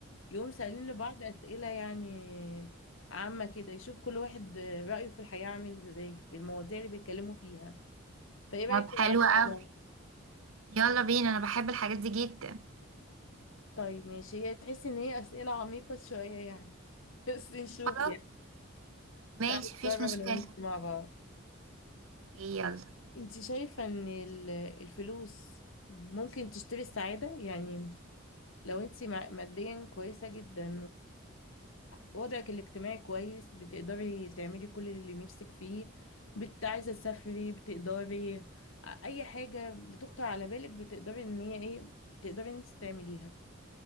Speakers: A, on the left; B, on the right.
A: يقوم سألين لبعض اسئلة يعني عامة كده يشوف كل واحد رأيه في الحياة عامل ازاي في المواضيع اللي بيتكلموا فيها فايه رأيك
B: طب حلو
A: تلعبوا
B: قوي
A: مع بعض؟
B: يلا بينا انا بحب الحاجات دي جدا
A: طيب ماشي هي تحس ان هي اسئلة عميقة شوية يعني <laughs> بس نشوف
B: خلاص
A: يعني
B: ماشي
A: تعالوا
B: مفيش
A: نجرب
B: مشكلة
A: انا وانت مع بعض
B: اوكي، يلا
A: انت شايفة ان ال- الفلوس ممكن تشتري السعادة يعني لو انت مع- ماديا كويسة جدا ووضعك الاجتماعي كويس بتقدري تعملي كل اللي نفسك فيه بت عايزة تسافري بتقدري ا- اي حاجة بتخطر على بالك بتقدري ان هي ايه تقدري ان انت تعمليها